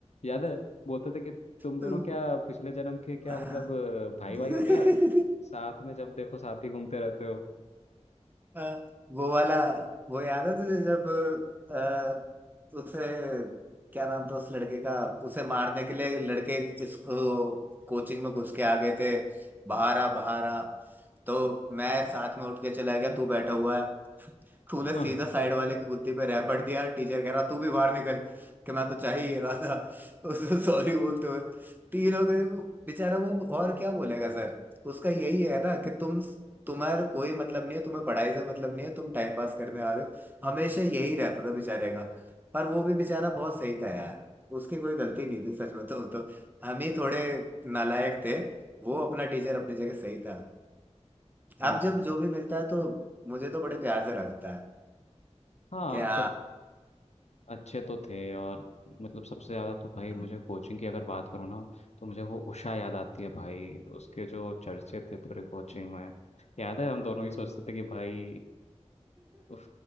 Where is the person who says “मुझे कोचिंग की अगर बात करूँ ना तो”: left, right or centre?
Left